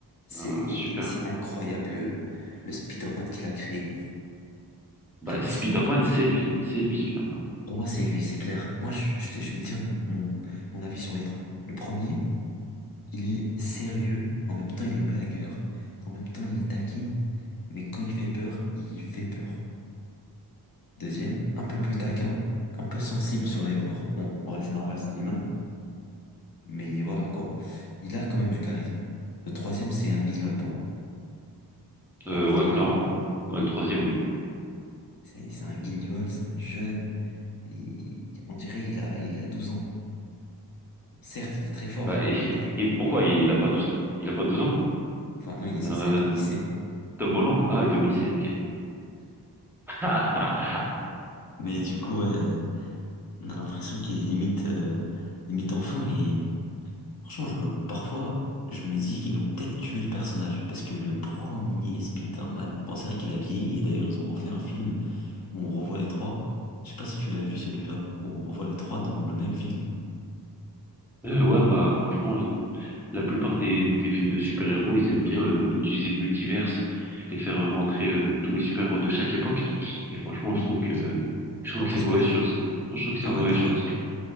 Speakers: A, on the left; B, in the centre.
A: C'est,
B: Ah, super.
A: c'est incroyable le, le Spider-Man qu'il a créé.
B: Bah,
A: En fait,
B: Spider-Man,
A: c'est
B: c'est lui. C'est lui, spider
A: Pour moi, c'est lui, c'est clair. Moi, je, je te- je vais te dire mon, mon- mon avis sur les trois. Le premier, il est sérieux, en même temps, il est blagueur, en même temps, il taquine, mais quand il fait peur, il fait peur. Deuxième, un peu plus taquin, un peu sensible sur les bords. Bon, en vrai, c'est normal, c'est un humain, mais voilà quoi. Il a quand même du charisme. Le troisième, c'est un guignol pour moi. Je sais
B: Euh,
A: pas pour
B: ouais,
A: toi,
B: clairement.
A: mais
B: Ouais, le troisième, oui.
A: c'est c'est un guignol, c'est un jeune, et on dirait il a, il a 12 ans. Certes, il est très fort.
B: Bah, et, <laughs>
A: et-
B: et pourquoi il a pas douze il a pas douze ans?
A: enfin, non, il est censé
B: Euh,
A: être au lycée.
B: Tom Holland. Ah, il est au lycée, ok. <laughs>
A: Mais du coup, ouais, on a l'impression qu'il est limite, euh, limite enfant et franchement, je me, parfois, je me dis qu'ils ont peut-être tué le personnage parce que le premier Spider-Man, bon, c'est vrai qu'il a vieilli et d'ailleurs, ils ont refait un film où on revoit les trois. Je sais pas si tu l'as vu celui-là, où on revoit les trois dans le même film.
B: Euh, ouais, bah, franchement, euh, la plupart des, des films de super-héros, ils aiment bien euh, utiliser le multiverse et faire euh, rentrer euh, tous les super-héros de chaque époque. Et franchement,
A: Hmm.
B: je trouve que, je trouve
A: T'en
B: que
A: penses
B: c'est une
A: quoi,
B: mauvaise
A: toi?
B: chose. Non, je trouve que c'est
A: Ah
B: une
A: ouais,
B: mauvaise
A: pourquoi?
B: chose.